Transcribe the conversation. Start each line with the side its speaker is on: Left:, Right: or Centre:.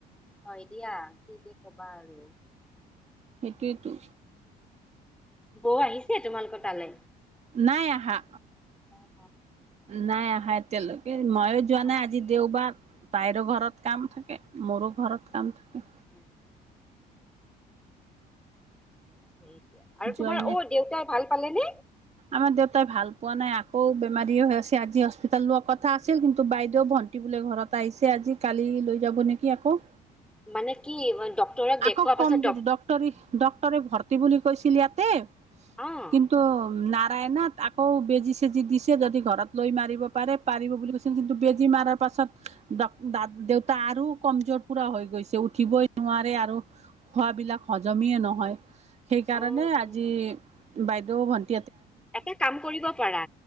Centre: হয় দিয়া কি যে কবা আৰু।
Right: সেইটোৱেইটো।
Centre: বৌ আহিছে তোমালোকৰ তালে?
Right: নাই আহা,
Centre: অ',
Right: নাই আহা এতিয়ালৈকে। ময়ো যোৱা
Centre: অ',
Right: নাই আজি দেওবাৰ, তাইৰো ঘৰত কাম থাকে, মোৰো ঘৰত কাম থাকে।
Centre: <inaudible> আছে এতিয়া। আৰু
Right: যোৱাই
Centre: তোমাৰ
Right: নাই।
Centre: অ' দেউতাই ভাল পালেনে?
Right: আমাৰ দেউতাই ভাল পোৱা নাই। ঔ বেমাৰী হৈ আছে আজি হস্পিতাল লোৱা কথা আছিল, কিন্তু বাইদেউ ভণ্টি বোলে ঘৰত আহিছে আজি কালি। লৈ যাব নেকি আকৌ।
Centre: মানে কি। ডক্তৰক দেখুওৱাৰ
Right: আকৌ
Centre: পাছত
Right: কমজৰি,
Centre: ডক
Right: ডক্টৰি ডক্টৰে ভৰ্তি বুলি কৈছিল ইয়াতে।
Centre: অ',
Right: কিন্তু, নাত। তাইনাত আকৌ, বেজি চেজি দিছে যদি ঘৰত লৈ মাৰিব পাৰে, পাৰিব বুলি কৈছিল কিন্তু বেজি মাৰ পাছত। পাছত ডক-দাট দেউতা আৰু কমজোৰ পুৰা হৈ গৈছে উঠিবই নোৱাৰে। আৰু খোৱাবিলাক হজমেই নহয়। সেইকাৰণে,
Centre: অ',
Right: আজি বাইদেউ ভন্টি।
Centre: এটা কাম কৰিব পাৰা।